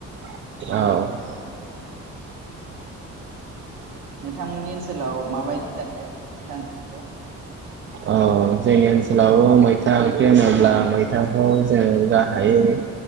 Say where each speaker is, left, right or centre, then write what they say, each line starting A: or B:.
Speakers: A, on the right; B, on the right.
A: औ
B: नोंथांमोननि ओनसोलाव माबायदि जायो मैथा ओंख्रिखौ?
A: औ जोंनि ओनसोलाव मैथा ओंख्रि होनोब्ला मैथाखौ जों गाहायै